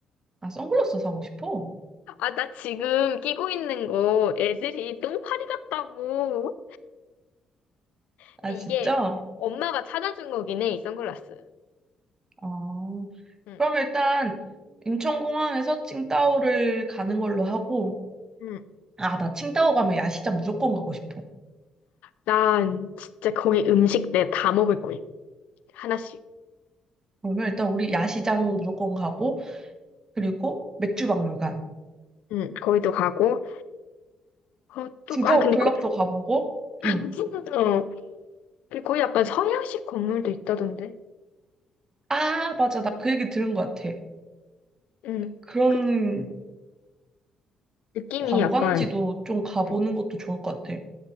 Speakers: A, on the right; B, on the left.
A: 아, 선글라스 사고 싶어?
B: 아, 나 지금 끼고 있는 거 애들이 똥파리 같다고. 근데
A: 아,
B: 이게
A: 진짜?
B: 엄마가 찾아준 거긴 해, 이 선글라스.
A: 아,
B: 응
A: 그럼 일단, 인천공항에서 칭다오를 가는 걸로 하고,
B: 응.
A: 아, 나 칭다오 가면 야시장 무조건 가고 싶어.
B: 난 진짜 거기 음식 내 다 먹을 거야. 하나씩.
A: 그러면 일단 우리 야시장 무조건 가고, 그리고 맥주박물관,
B: 응, 거기도 가고. 어, 또,
A: 칭다오
B: 아, 근데,
A: 클럽도
B: 거,
A: 가보고,
B: <laughs>
A: 응.
B: 어, 그리고 거기 약간 서양식 건물도 있다던데.
A: 아, 맞아. 나 그 얘기 들은 것 같아.
B: 응,
A: 그런
B: 그 느낌이
A: 관광지도
B: 약간,
A: 좀 가보는
B: 응.
A: 것도 좋을 것 같아.